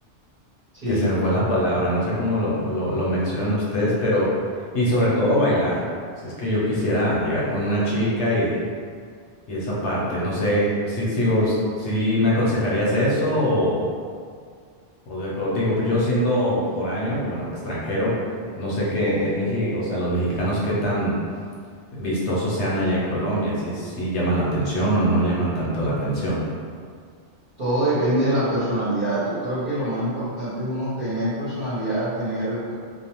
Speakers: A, on the right (about 45°); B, on the left (about 70°).
A: Sí,
B: que se me fue la palabra, no sé cómo lo, lo, lo mencionan ustedes, pero, y sobre todo bailar. Si es que yo quisiera llegar con una chica y, y esa parte, no sé, si, si vos, si me aconsejarías eso o... O de co- digo, pues, yo siendo foráneo, bueno, extranjero, no sé qué en México, o sea, los mexicanos qué tan vistosos sean allá en Colombia, si si llaman la atención o no llaman tanto la atención.
A: todo depende de la personalidad. Yo creo que lo más importante es uno tener personalidad, tener